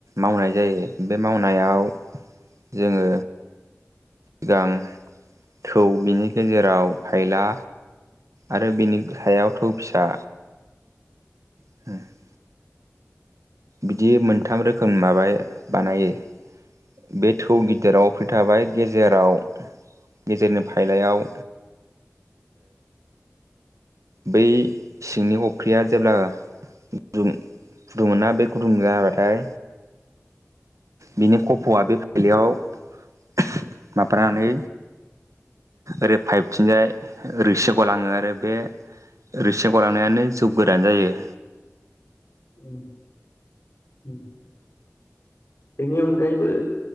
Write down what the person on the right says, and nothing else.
मावनाय जायो बे मावनायाव जोङो सिगां थौ बिनि गेजेराव फायला आरो बिनि सायाव थौ फिसा <unintelligible> बिदि मोनथाम रोखोम माबा बानायो बे थौ
गिदिराव अफ्रिथाबाय गेजेराव गेजेरनि फाइलायाव बै सिंनि अख्रिया जेब्ला गुदुं गुदुं मोना बे गुदुं जाबाथाय बिनि खफ'आ बे फाइलयाव माबानानै ओरै फाइभथिनिजाय ओरै गलाङो आरो बे रोसि गलांनायानो जौ गोरान जायो।